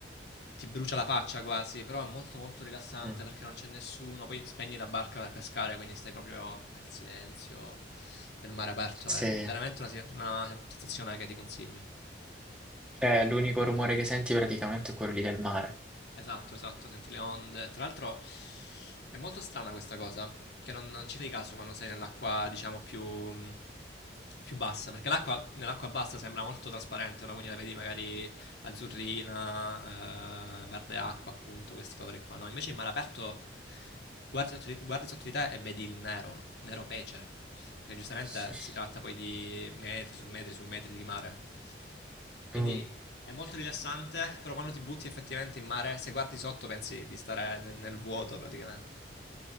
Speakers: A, on the left; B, in the centre.
A: ti brucia la faccia quasi, però è molto molto rilassante
B: mm,
A: perché non c'è nessuno, poi spegni la barca per pescare, quindi stai proprio nel silenzio del mare aperto, è
B: Sì,
A: veramente una, una sensazione che ti consiglio.
B: cioè l'unico rumore che senti praticamente è quello lì del mare.
A: Esatto, esatto, senti le onde. Tra l'altro è molto strana questa cosa, che non, non ci fai caso quando sei nell'acqua, diciamo, più, più bassa, perché l'acqua, nell'acqua bassa sembra molto trasparente, no? Quindi la vedi magari azzurrina, eh, verde acqua, appunto, questi colori qua, no? Invece in mare aperto guardi sotto, di- guardi sotto di te e vedi il nero, nero pece, perché giustamente
B: <laughs>
A: si tratta poi di metri su metri su metri di mare. Quindi
B: Mm.
A: è molto rilassante, però quando ti butti effettivamente in mare, se guardi sotto pensi di stare nel, nel vuoto praticamente.